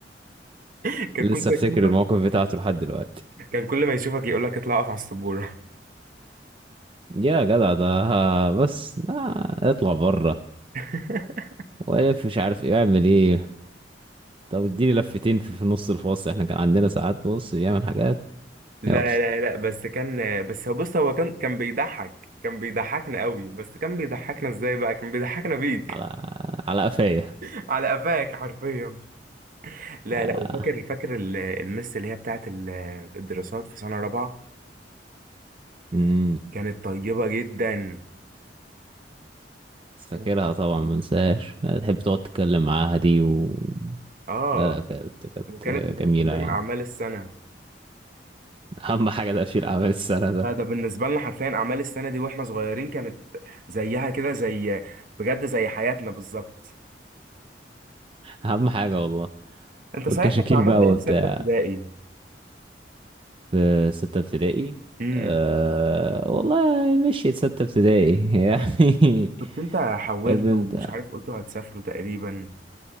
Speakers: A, on the right (about 50°); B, on the right (about 30°).
A: <laughs> كان
B: لسه
A: كل ما
B: افتكر
A: يشوفك
B: الموقف بتاعته لحد دلوقتي
A: كان كل ما يشوفك يقولك اطلع اقف على السبورة
B: يا جدع ده آه، بس آه، اطلع بره
A: <laughs>
B: والف مش عارف ايه اعمل ايه طب اديني لفتين في في نص الفاصل احنا كان عندنا ساعات بص بيعمل حاجات
A: لا
B: يلا
A: لا لا بس كان بس هو بص هو كان كان بيضحك كان بيضحكنا قوي بس كان بيضحكنا ازاي بقى كان بيضحكنا بيك
B: على على قفايا
A: <laughs> على قفاك حرفيا لا
B: آه،
A: لا وفاكر فاكر ال- المس اللي هي بتاعت ال- الدراسات في سنة رابعة
B: امم
A: كانت طيبة جدا
B: فاكرها
A: كانت-
B: طبعا ما انساش تحب تقعد تتكلم معاها دي و...
A: اه
B: لا لا كانت كانت
A: وكانت بتقفل
B: جميلة
A: لنا
B: يعني
A: أعمال السنة
B: اهم حاجه تقفيل اعمال السنه ده
A: آه، ده بالنسبة لنا حرفيا أعمال السنة دي واحنا صغيرين كانت زيها كده زي بجد زي حياتنا بالظبط
B: اهم حاجه والله
A: انت
B: والكشاكيل
A: صحيح كنت عملت
B: بقى
A: ايه
B: وبتاع
A: في ستة ابتدائي؟
B: في ستة ابتدائي
A: امم
B: أه والله مشيت ستة ابتدائي <laughs> يعني
A: كنت انت حولت
B: بنبدأ
A: ومش عارف قلتوا هتسافروا تقريبا